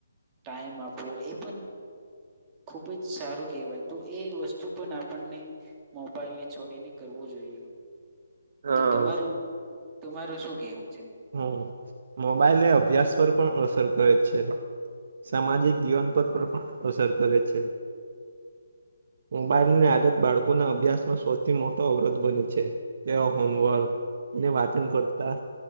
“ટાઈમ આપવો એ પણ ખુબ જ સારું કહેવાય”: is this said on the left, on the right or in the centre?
Right